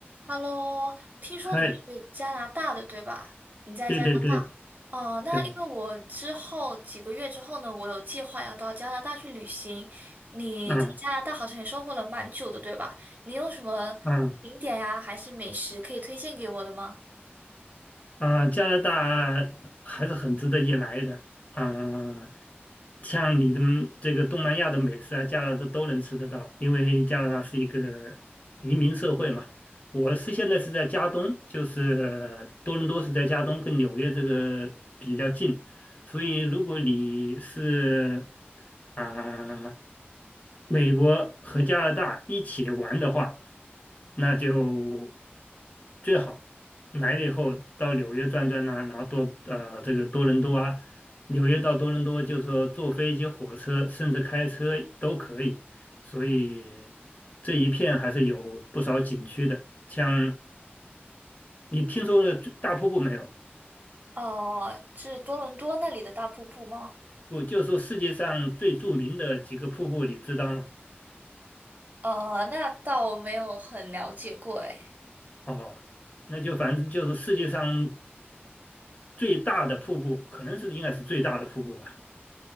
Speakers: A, on the right; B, on the left.
A: Hello，听说你是加拿大的，
B: 嗨，
A: 对吧？你在加拿
B: 对对对
A: 大哦，那因为我之后几个月之后呢，
B: 对，
A: 我有计划要到加拿大去旅行。你在加拿大好像也生活了蛮久的，
B: 嗯
A: 对吧？你有什么景点呀，
B: 嗯
A: 还是美食可以推荐给我的吗？
B: 啊，加拿大还是很值得一来的啊，像你的嗯这个东南亚的美食啊，加拿大都能吃得到，因为加拿大是一个移民社会嘛。我是现在是在加东，就是多伦多是在加东，跟纽约这个比较近，所以如果你是啊、美国和加拿大一起玩的话，那就最好来了以后到纽约转转呐、然后多呃这个多伦多啊。纽约到多伦多，就是说坐飞机、火车，甚至开车都可以。所以这一片还是有不少景区的。像你听说了最大瀑布没有？
A: 哦，是多伦多那里的大瀑布吗？
B: 我就说世界上最著名的几个瀑布，你知道吗？
A: 哦，那倒没有很了解过，诶。
B: 哦，那就反正就是世界上最大的瀑布，可能是应该是最大的瀑布吧，